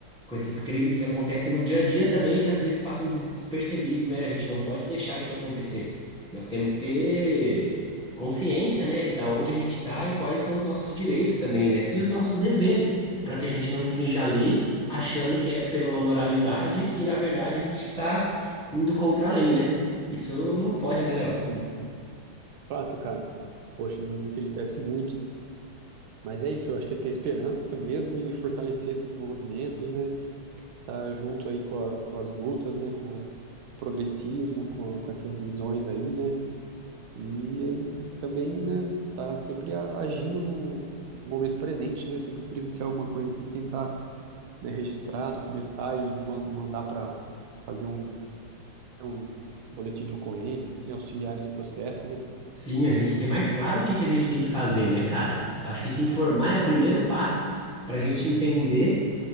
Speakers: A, in the centre; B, on the right.
A: com esses crimes que acontecem no dia a dia também, que às vezes passam des- despercebidos, né? A gente não pode deixar isso acontecer. Nós temos que ter consciência, né, da onde a gente está e quais são os nossos direitos também, né? E os nossos deveres para que a gente não infrinja a lei, achando que é pela uma moralidade e na verdade a gente está indo contra a lei, né? Isso não pode, né, Léo?
B: Sim, fato, cara. Poxa, me entristece muito. Mas é isso, eu acho que é ter esperança mesmo e fortalecer esses movimentos, né? Tá junto aí com, a- com as lutas, né? Com o progressismo, com, com essas visões aí, né? E ele também, né, tá sempre a- agindo no no momento presente, né, sempre presenciar alguma coisa assim, tentar, né, registrar, documentar e man- mandar para fazer um, um boletim de ocorrência, assim, auxiliar nesse processo, né?
A: Sim, a gente ter mais claro o que que a gente tem que fazer, né, cara? Eu acho que se informar é o primeiro passo para a gente entender.